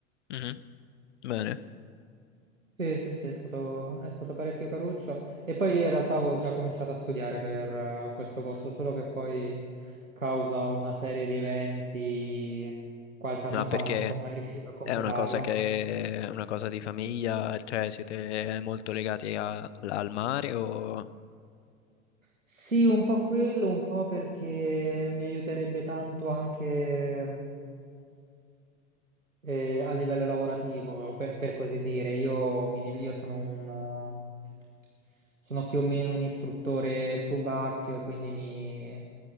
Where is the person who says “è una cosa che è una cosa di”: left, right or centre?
Left